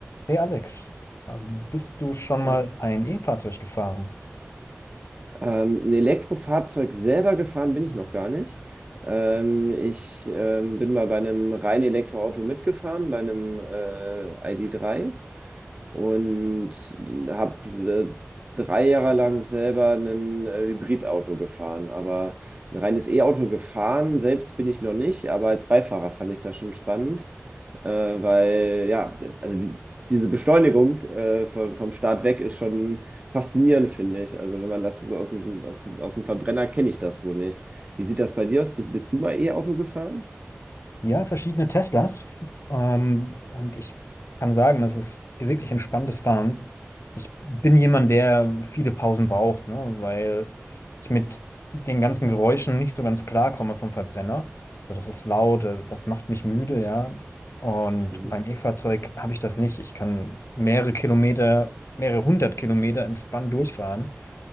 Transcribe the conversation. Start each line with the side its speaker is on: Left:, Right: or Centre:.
Left: Hey Alex, ähm, bist du schon mal
Right: Ja.
Left: ein E-Fahrzeug gefahren?
Right: Ähm, ein Elektrofahrzeug selber gefahren bin ich noch gar nicht. Ähm, ich ähm, bin mal bei einem reinen Elektroauto mitgefahren, bei einem äh, ID.3. und habe äh, drei Jahre lang selber ein äh, Hybridauto gefahren. Aber ein reines E-Auto gefahren, selbst bin ich noch nicht, aber als Beifahrer fand ich das schon spannend, äh, weil ja, also die, diese Beschleunigung äh, vom, vom Start weg ist schon faszinierend, finde ich. Also wenn man das so aus dem, aus, aus dem Verbrenner kenne ich das so nicht. Wie sieht das bei dir aus? Bist, bist du mal E-Auto gefahren?
Left: Ja, verschiedene Teslas. Ähm, und ich kann sagen, das ist wirklich ein spannendes Fahren. Ich bin jemand, der viele Pausen braucht, ne, weil ich mit den ganzen Geräuschen nicht so ganz klarkomme vom Verbrenner. So, das ist laut, äh, das macht mich müde, ja. Und
Right: Mhm.
Left: beim E-Fahrzeug habe ich das nicht. Ich kann mehrere Kilometer, mehrere hundert Kilometer entspannt durchfahren.